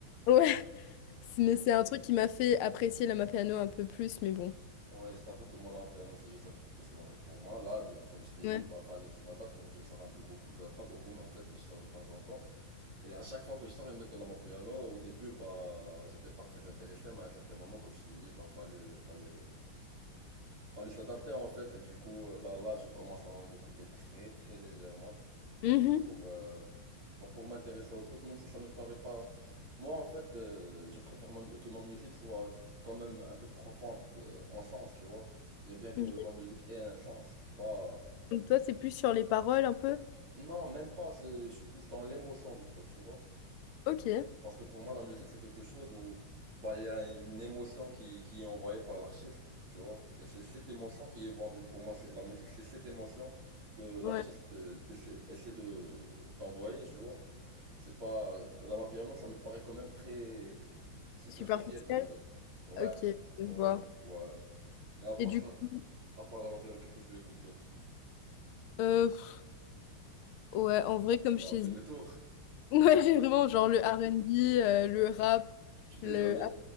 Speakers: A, on the left; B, on the right.
A: Ouais, c'est- mais c'est un truc qui m'a fait apprécier la Mapiano un peu plus, mais bon.
B: Ouais, je t'avoue que moi, là, un piano, c'est juste un truc de soirée pour moi. Là, de- comme je t'ai
A: Ouais.
B: dit, bah, fallait que je m'adapte, comme je sors un peu beaucoup, pas pas beaucoup, mais en fait, mais je sors de temps en temps. Et à chaque fois que je sors, ils mettent de la mode piano. Au début, bah, j'étais pas très intéressé, mais à un certain moment, comme je t'ai dit, bah, fallait, fallait, Fallait s'adapter en fait, et du coup, euh, bah là, je commence à en écouter très très légèrement,
A: Mhm.
B: juste pour, euh, bah, pour m'intéresser au truc, même si ça me paraît pas. Moi, en fait, euh, je préfère ma- que ma musique soit quand même un peu profonde euh, en sens, tu vois. J'aime bien que
A: Ok.
B: ma musique ait un sens, pas.
A: Donc toi, c'est plus sur les paroles un peu?
B: Non, même pas, c'est... je suis plus dans l'émotion du truc, tu vois.
A: Ok.
B: Parce que pour moi, la musique, c'est quelque chose où bah, il y a une émotion qui, qui est envoyée par l'artiste, tu vois. Et c'est cette émotion qui est vendue. Pour moi, c'est, la musique, c'est cette émotion que l'artiste
A: Ouais.
B: euh, t'essaie- essaie de t'envoyer, tu vois. C'est pas... La Mapiano, ça me paraît quand même très superficiel
A: Superficielle.
B: comme truc. Ouais,
A: Ok,
B: ouais,
A: je vois.
B: voilà. Et à part
A: Et du
B: ça,
A: coup,
B: à part la Mapiano, qu'est-ce que tu écoutes d'autre?
A: euh, pff, ouais, en vrai, comme
B: Tu
A: je
B: as
A: t'ai
B: fait
A: dit,
B: le tour.
A: <laughs> ouais, j'ai vraiment genre le R&B, euh, le rap,
B: Tu t'es
A: le...
B: jamais...